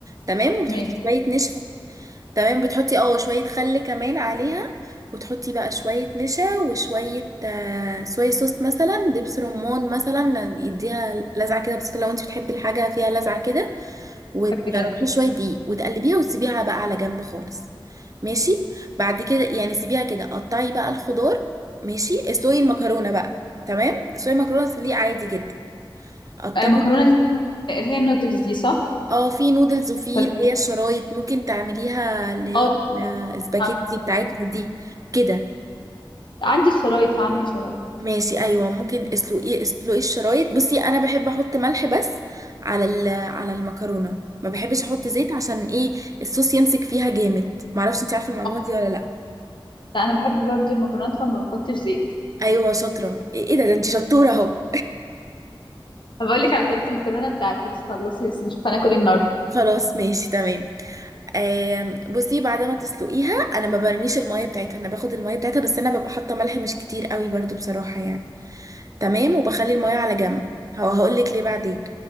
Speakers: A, on the right; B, on the left.
A: تمام وبتحطي
B: ماشي
A: شويه نشا تمام بتحطي اه شوية خل كمان عليها وتحطي بقى شوية نشا وشوية آه، صويا صوص مثلا دبس رمان مثلا يديها لذعة كده بسيطة لو انت بتحبي الحاجة فيها لذعة كده وتحطي
B: بحب كده
A: شوية دقيق وتقلبيها وتسيبيها بقى على جنب خالص ماشي بعد كده يعني سيبيها كده قطعي بقى الخضار ماشي اسلقي المكرونة بقى تمام اسلقي المكرونة سليق عادي جدا قطعي
B: آه، مكرونة اللي اللي هي النودلز دي صح؟
A: اه في نودلز وفي
B: ولا-
A: اللي هي الشرايط ممكن تعمليها اللي هي
B: اه
A: الاسباجيتي
B: عم-
A: بتاعتنا دي كده
B: عندي الشرايط هعمل شرايط
A: ماشي ايوه ممكن اسلقي اسلقي الشرايط بصي انا بحب احط ملح بس على ال- على المكرونه ما بحبش احط زيت عشان ايه الصوص يمسك فيها جامد معرفش انت عارفه المعلومه
B: اه
A: دي ولا لا
B: لا أنا بحب برضو المكرونات فما بحطش زيت
A: ايوه شاطره ايه إيه ده ده انت شطوره اهو
B: هبقول لك على طريقة المكرونة بتاعتي بس خلصي بس نشوف هناكل ايه النهاردة
A: <laughs> خلاص ماشي تمام آم، بصي بعد ما تسلقيها انا ما برميش الميه بتاعتها انا باخد الميه بتاعتها بس انا ببقى حاطه ملح مش كتير قوي برضو بصراحه يعني تمام وبخلي الميه على جنب هو هقولك ليه بعدين